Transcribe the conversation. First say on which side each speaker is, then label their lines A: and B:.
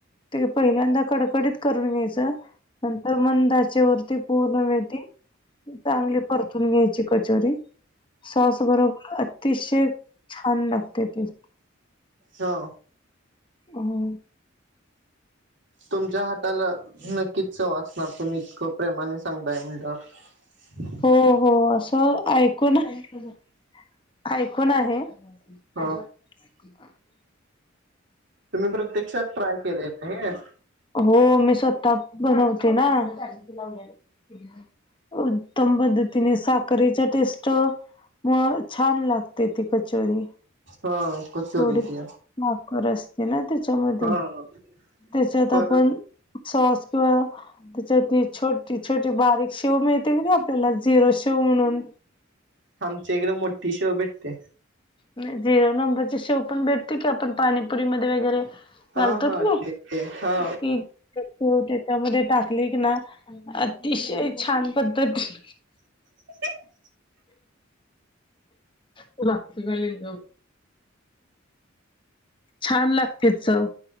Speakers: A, on the left; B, on the right.
A: ते पहिल्यांदा, कडकडीत करून घ्यायचं. नंतर मंद आचेवरती, पूर्ण वेळ ती चांगली परतून घ्यायची, कचोरी. सॉस बरोबर अतिशय, छान लागते ती.
B: हो.
A: हं.
B: तुमच्या हाताला, नक्कीचं चव असनार. तुम्ही इतकं प्रेमाने सांगताय म्हणल्यावर. <inaudible>
A: हो, हो. असं, ऐकून <unintelligible> ऐकून आहे. अजिबात
B: ह
A: <unintelligible>
B: तुम्ही प्रत्यक्षात ट्राय केलयं का हे.
A: हो, मी स्वतः बनवते ना. <unintelligible> उत्तम पद्धतीने साखरीच्या टेस्ट म छान लागते ती कचोरी.
B: ह कचोरीची
A: थोड माफ करा असं आहेना त्याच्यामध्ये,
B: हा
A: त्याच्यात
B: परत
A: आपण सॉस किंवा त्याच्याते ती छोटी छोटी बारीक शेव मिळते की नाही, आपल्याला झिरो शेव म्हणून?
B: आमच्या इकडे मोठी शेव भेटते.
A: नहीं झिरो नंबरची शेव पण भेटते की, आपण पाणीपुरीमध्ये वगैरे
B: हा
A: चालतो
B: हा
A: कि नाही?
B: ते ते हा
A: हम्म. तू त्याच्यामध्ये टाकले की ना, अतिशय छान पद्धती
B: ह <unintelligible>
A: <unintelligible> छान लागते चव.